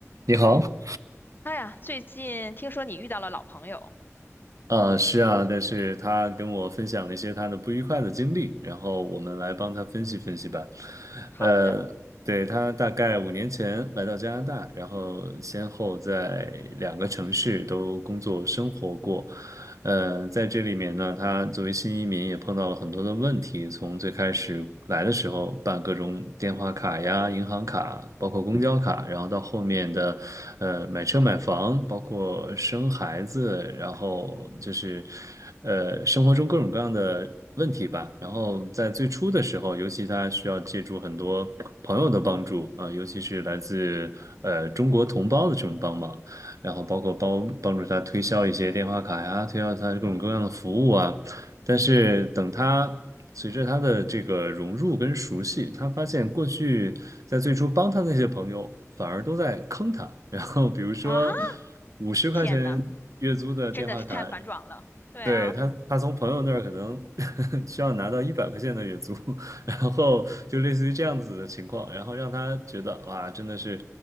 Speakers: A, on the right; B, on the left.
A: 你好，
B: 哎呀，最近听说你遇到了老朋友。
A: 呃，是啊，但是他跟我分享了一些他的不愉快的经历，然后我们来帮他分析分析吧。
B: 好的。
A: 呃，对，他大概五年前来到加拿大，然后先后在两个城市都工作生活过，呃，在这里面呢，他作为新移民也碰到了很多的问题。从最开始来的时候办各种电话卡呀、银行卡，包括公交卡，然后到后面的，呃，买车买房，包括生孩子，然后就是，呃，生活中各种各样的问题吧。然后在最初的时候，尤其他需要借助很多朋友的帮助啊，呃尤其是来自呃中国同胞的这种帮忙。然后包括帮帮助他推销一些电话卡呀，推销他各种各样的服务啊。但是等他随着他的这个融入跟熟悉，他发现过去在最初帮他那些朋友反而都在坑他。然后比如说
B: 啊，
A: 五十块钱月租的电话卡，
B: 天呐，真的是太反转了。对啊，
A: 对，他，他从朋友那儿可能 <laughs> 需要拿到一百块钱的月租，<laughs> 然后就类似于这样子的情况，然后让他觉得哇，真的是，